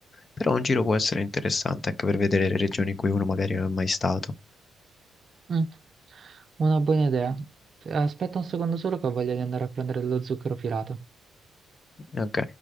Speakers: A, on the left (about 40°); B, on the right (about 45°).
A: però un giro può essere interessante anche per vedere le regioni in cui uno magari non è mai stato.
B: mm. Una buona idea. Aspetta un secondo solo che ho voglia di andare a prendere dello zucchero filato.
A: Ok.